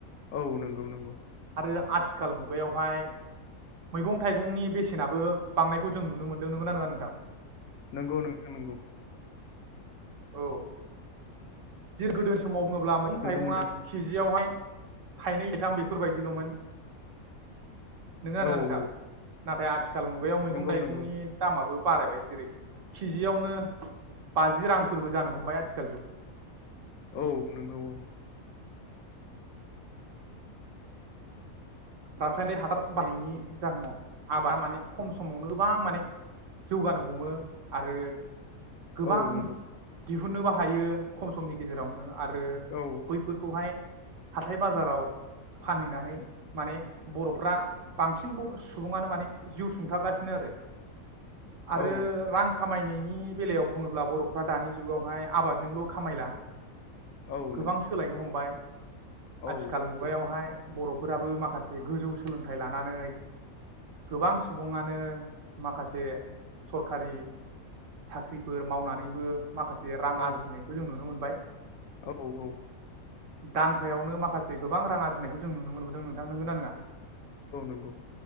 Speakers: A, on the left; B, on the right.
A: औ नोंगौ नोंगौ।
B: आरो आथिखाल मुगायावहाय मैगं थाइगंनि बेसेनाबो बांनायखौ जों नुनो मोनदों नोंगौना नङा नोंथां?
A: नोंगौ नोंथां नोंगौ।
B: औ जेरै गोदो समाव बुङोब्ला मैग
A: नुनो
B: थाइगङा
A: मोनदों
B: केजियावहाय थाइनै थायथाम बेफोरबायदिल'मोन। नोंगोना
A: औ
B: नोंङा नोंथां?
A: औ औ
B: नाथाय आथि आथिखाल मुगायाव मैगं
A: नंगौ
B: दाइगंनि
A: नंगौ
B: दामाबो। बारायबाय जेरै किजियावनो बाजि रां। फोरबो जानो हमबाय आथिखाल जुग
A: औ नोंगौ औ।
B: रासायनारि हासार बायनायनि जाहोनाव आबादा माने खम समावनो गोबां माने जौगानो हमो आरो गोबां
A: औ नंगौ
B: दिहुननोबो हायो खम समनि गेजेरावनो आरो
A: औ
B: बैफोरखौहाय हाथाय बाजाराव फानहैनानै माने बर'फ्रा बांसिन सुबुङानो माने जिउ सुंथागासिनो आरो। आरो
A: औ
B: रां खामायनाय नि बेलायाव बुङोब्ला बर'फ्रा दानि जुगावहाय आबादजोंल' खामायला
A: औ
B: गोबां
A: नंगौ
B: सोलायनो हमबाय आथिखाल
A: औ
B: वहाय बर'फोराबो माखासे गोजौ सोलोंथाइ लानानै गोबां सुबुङानो माखासे सरखारि साख्रिफोर मावनानैबो माखासे रां
A: औ
B: आरजिनायखौ जों नुनो मोनबाय
A: औ
B: दानफायावनो माखासे गोबां रां आरजिनायखौ जों नुनो मोनबोदों नोंथां नोंगोनना नोङा
A: औ नंगौ।